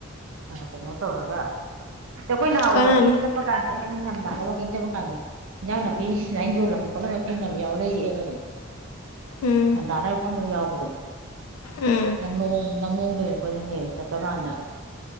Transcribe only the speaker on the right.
ꯀꯩꯅꯣ ꯇꯧꯔꯒ ꯆꯦꯈꯣꯏ ꯅꯍꯥꯟꯋꯥꯏ
ꯋꯥꯛꯀꯤꯡ ꯆꯠꯄꯥ ꯀꯥꯟꯗꯩꯅ ꯅꯤꯡꯊꯝꯕ ꯊꯕꯛ ꯍꯤꯡꯖꯕ ꯀꯥꯟꯗ ꯍꯤꯟꯖꯥꯡ ꯅꯥꯄꯤ ꯁꯨꯃꯥꯏꯅ ꯌꯣꯜꯂꯝꯕ ꯈꯣꯠꯂꯝꯕ ꯊꯦꯡꯅꯕ ꯌꯥꯎ ꯂꯩꯔꯛꯑꯦꯕ ꯑꯗꯨꯝ
ꯗꯥꯅ ꯐꯝꯕ ꯌꯥꯎꯕꯗꯣ
ꯂꯝꯂꯣꯡ ꯂꯝꯂꯣꯡ ꯗꯒꯥ ꯑꯩꯈꯣꯏꯅ ꯍꯦꯛ ꯍꯦꯛ ꯆꯠꯄ ꯀꯥꯟꯗ